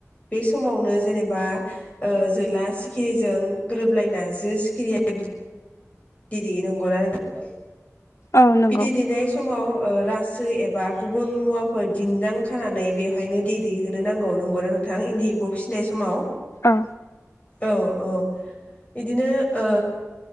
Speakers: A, on the left (about 25°); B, on the left (about 60°).
A: बे समावनो जेनेबा ओ जोला सिखिरिजों गोरोबलायना जो सिखिरिया बि दै दैयो नांगौना नों
B: औ नंगौ
A: बिदै दैनाय समाव ओ रासो एबा गुबुन मुवाफोर दिन्न्दां खानानै बेवहायनो बिदै दैहोनो नांगौ नंगौना नोंथां इन्दि एम्फौ फिसिनाय समाव।
B: औ
A: औ औ बिदिनो ओ